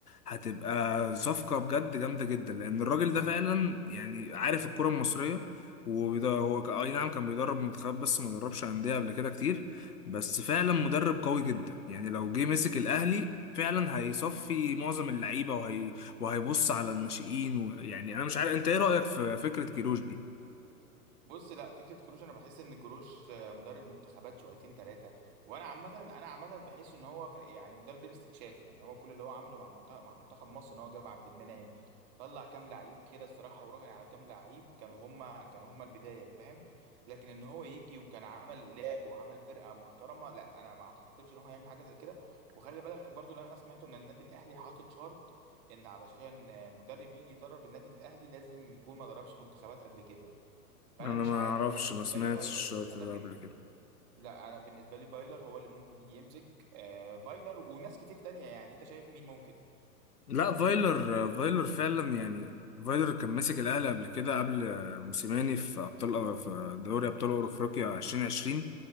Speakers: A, on the left; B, on the right.
A: هتبقى صفقة بجد جامدة جدا لان الراجل ده فعلا يعني عارف الكرة المصرية وده هو ك- آه، اي نعم كان بيدرب منتخبات بس ما دربش أندية قبل كده كتير بس فعلا مدرب قوي جدا يعني لو جه مسك الأهلي فعلا هيصفي معظم اللعيبة وهيبص على الناشئين ويعني انا مش عارف انت ايه رأيك في فكرة كيروش دي
B: بص لا فكره كروش انا بحس ان كروش آه، مدرب منتخبات شويتين ثلاثه وانا عامه انا عامه بحس ان هو ف- يعني مدرب استكشافي يعني هو كل اللي هو عمله مع منتخب مع منتخب مصر ان هو جاب عبد المنعم طلع كام لعيب كده الصراحه وراهن على كام لعيب كانوا هما كانوا هما البدايه فاهم لكن ان هو يجي وكان عمل لعب وعمل فرقه محترمه لا انا ما اعتقدش ان هو هيعمل حاجه زي كده وخلي بالك برضو ان انا سمعت ان النادي الاهلي حاطط شرط ان علشان آه، مدرب يجي يدرب النادي الاهلي لازم يكون ما دربش منتخبات قبل كده فانا
A: انا
B: مش
A: ما
B: عارف
A: اعرفش
B: انا بالنسبه
A: ما سمعتش
B: لي فايلر
A: الشرط
B: انا
A: ده
B: بالنسبه
A: قبل كده
B: لا انا بالنسبه لي فايلر هو اللي ممكن يجي يمسك آه فايلر وناس كتير تانية يعني انت شايف مين ممكن
A: لا فايلر فايلر فعلا يعني فايلر كان ماسك الاهلي قبل كده قبل موسيماني في ابطال في دوري ابطال افريقيا 2020